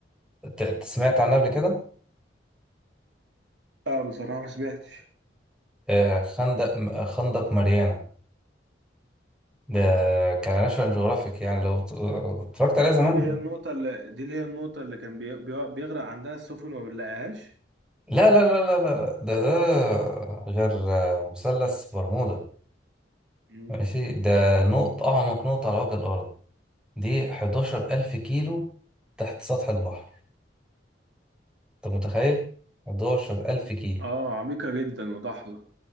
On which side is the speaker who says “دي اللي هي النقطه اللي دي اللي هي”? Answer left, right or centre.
Right